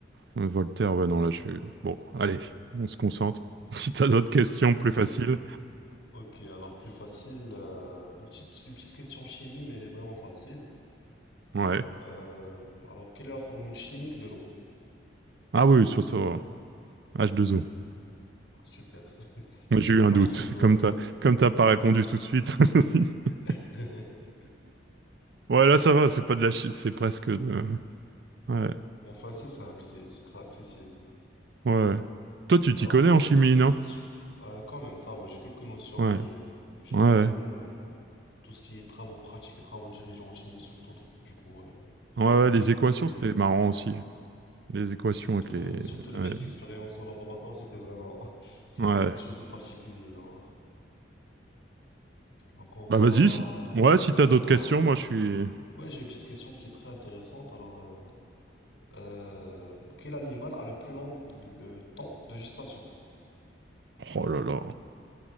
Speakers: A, on the right; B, on the left.
A: Voltaire, ouais, non, là, je... Bon, allez, on se concentre. <laughs> Si t'as d'autres questions plus faciles,
B: Ok, alors plus facile. euh, une petite, une petite question chimie, mais elle est vraiment facile.
A: ouais.
B: Euh, alors, quelle est la formule chimique de l'eau?
A: Ah oui, sur ça, h deux o
B: Super. <laughs>
A: Moi, J'ai
B: C'est bon,
A: eu un
B: là,
A: doute,
B: je te sauve.
A: <laughs> comme t'as comme t'as pas répondu tout de suite. <laughs>
B: <laughs>
A: Ouais, là, ça va, c'est pas de la chi- c'est presque de... Ouais,
B: Bon, Enfin, c'est simple, c'est c'est très accessible.
A: ouais. Toi, tu t'y
B: Alors,
A: connais
B: euh,
A: en
B: j'ai
A: chimie,
B: une petite
A: non?
B: question. Euh, quand même, ça va, j'ai quelques notions.
A: Ouais,
B: J'ai j'ai
A: ouais.
B: bien aimé euh, tout ce qui est travaux pratiques et travaux dirigeants en chimie, surtout. donc, du coup, euh,
A: Ouais, ouais, les
B: Du
A: équations,
B: coup, oui.
A: c'était marrant aussi. Les équations
B: Et surtout,
A: avec les...
B: euh, surtout les
A: Ouais.
B: petites expériences au laboratoire, c'était vraiment, <laughs> c'était
A: Ouais.
B: quelque chose de particulier, non Donc on va,
A: Bah vas-y, si... Ouais, si t'as
B: on
A: d'autres
B: va.
A: questions, moi je suis...
B: Ouais, j'ai une petite question qui est très intéressante. Alors, euh, euh, quel animal a le plus long le temps de gestation?
A: Oh là là.